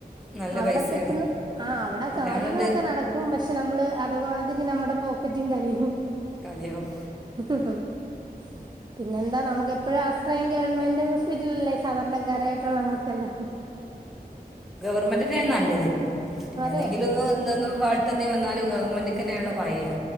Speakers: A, in the centre; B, on the right.
A: നല്ല
B: അവിടെ
A: പൈസയാണ്
B: പെട്ടന്ന് ആ അവിടെ
A: പിന്നെ
B: കാര്യങ്ങളൊക്കെ
A: ഉണ്ട്
B: നട ക്കും പക്ഷെ നമ്മള് അതുമാതിരി നമ്മുടെ പോക്കറ്റും കാലിയാവും.
A: കാലിയാവും.
B: <inaudible> പിന്നെന്താ നമുക്ക് എപ്പഴും ആശ്രയം ഗവൺമെന്റ് ഹോസ്പിറ്റലല്ലേ സാധാരണക്കാരായി ട്ടുള്ള നമ്മക്കെല്ലാം.
A: ഗവർമെന്റന്നെ നല്ലത്.
B: അതെ
A: എന്തെങ്കിലും ത് എന്താന്നും <unintelligible> തന്നെ വന്നാലും ഗവൺമെന്റക്ക തന്നെള്ള പറയാ.